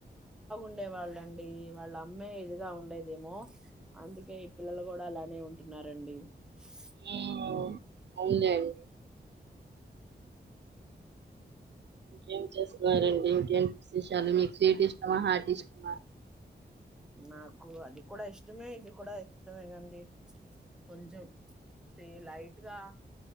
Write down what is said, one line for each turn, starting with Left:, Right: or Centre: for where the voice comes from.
Centre: ఉండేవాళ్ళండి వాళ్ళమ్మె ఇదిగా ఉండేది దేమో అందుకే ఈ పిల్లలు కూడా అలానే ఉంటున్నారండి స్
Right: ఉమ్ అవునులేండి ఇంకేం చేస్తున్నారండి ఇంకేంటి విశేషాలు మీకు సీట్ ఇష్టమా హార్ట్ ఇష్టమా
Centre: నాకు అది కూడా ఇష్టమే ఇది కూడా ఇష్టమే అండి కొంచెం లైట్గా